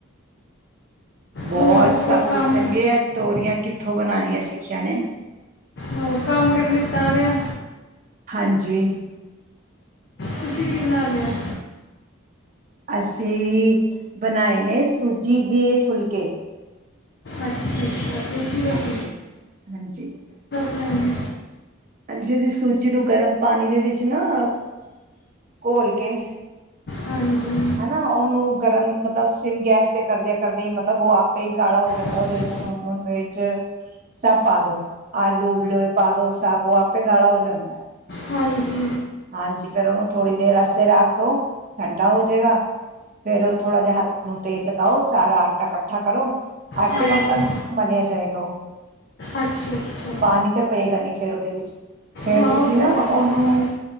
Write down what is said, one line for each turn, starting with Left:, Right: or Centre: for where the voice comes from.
Right: ਬਹੁਤ
Left: ਹੋਰ ਦੱਸੋ
Right: ਸਭ
Left: ਕੰਮ
Right: ਪੁੱਛਣਗੇ ਏ ਤੋਰੀਆਂ ਕਿੱਥੋਂ ਬਣਾਉਣੀਆਂ ਸਿੱਖੀਆਂ ਨੇ
Left: ਹੋਰ ਕੰਮ ਕਾਰ ਨਿਪਟਾ ਲਿਆ।
Right: ਹਾਂਜੀ।
Left: ਤੁਸੀਂ ਕੀ ਬਣਾ ਲਿਆ ਏ?
Right: ਅਸੀਂ ਬਣਾਏ ਨੇ ਸੂਜੀ ਦੇ ਫੁਲਕੇ।
Left: ਅੱਛਾ। ਸੂਜ਼ੀ ਦੇ
Right: ਹਾਂਜੀ
Left: <unintelligible>
Right: ਹਾਂਜੀ
Left: ਹੈ ਨੇ
Right: ਹਾਂਜੀ ਅਸੀਂ ਸੂਜੀ ਨੂੰ ਗਰਮ ਪਾਣੀ ਦੇ ਵਿੱਚ ਨਾ ਘੋਲ ਕੇ
Left: ਹਾਂਜੀ
Right: ਹੈਨਾ ਉਹਨੂੰ ਗਰਮ ਮਤਲਬ ਸਿਮ ਗੈਸ ਤੇ ਕਰਦੇ ਕਰਦੇ ਹੀ ਮਤਲਬ ਉਹ ਆਪੇ ਹੀ ਗਾੜਾ ਹੋ ਜਾਂਦਾ
Left: ਹਾਂਜੀ
Right: ਏ, ਉਹਦੇ ਵਿੱਚ
Left: ਹਾਂਜੀ
Right: ਲੂਣ, ਮਿਰਚ ਸਭ ਪਾ ਦੋ। ਆਲੂ ਉਬਲੇ ਹੋਏ ਪਾਦੋ ਸਭ ਔ ਆਪੇ ਗਾੜਾ ਹੋ ਜਾਂਦਾ ਹੈ।
Left: ਹਾਂਜੀ।
Right: ਹਾਂਜੀ ਫਿਰ ਉਹਨੂੰ ਥੋੜ੍ਹੀ ਦੇਰ ਵਾਸਤੇ ਰੱਖ ਦੋ ਠੰਡਾ ਹੋ ਹੋਜੇਗਾ ਫਿਰ ਉਹ ਥੋੜਾ ਜਿਹਾ ਹੱਥ ਨੂੰ ਤੇਲ ਲਗਾਓ ਸਾਰਾ ਆਟਾ ਇਕੱਠਾ ਕਰੋ ਆਟੇ
Left: ਹਾਂਜੀ
Right: ਵਕੱਨ
Left: ਹਾਂਜੀ
Right: ਮਲਿਆ ਜਾਏਗਾ ਉਹ
Left: ਅੱਛਾ ਅੱਛਾ।
Right: ਪਾਣੀ ਤਾਂ ਪਏਗਾ ਨੀ ਫੇਰ ਉਹਦੇ ਵਿੱਚ ਫੇਰ
Left: ਹਾਂ
Right: ਤੁਸੀਂ
Left: ਉਹ ਤਾਂ
Right: ਨਾ
Left: ਹੈ।
Right: ਉਹਨੂੰ